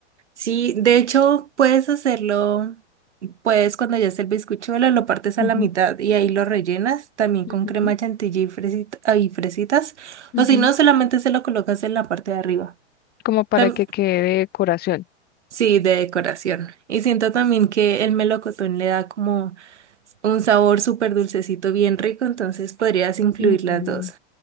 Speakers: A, on the right (about 90°); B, on the left (about 30°).
A: Sí, de hecho, puedes hacerlo, puedes cuando ya esté el bizcochuelo, lo partes
B: Ujú,
A: a la mitad y ahí lo rellenas también con
B: ujú,
A: crema chantilly y, fresita- ay, fresitas.
B: ujú.
A: O si no, solamente se lo colocas en la parte de arriba.
B: como para
A: Tam-
B: que quede decoración.
A: sí, de decoración. Y siento también que el melocotón le da como un sabor súper dulcecito, bien rico, entonces podrías incluir
B: Mm,
A: las dos.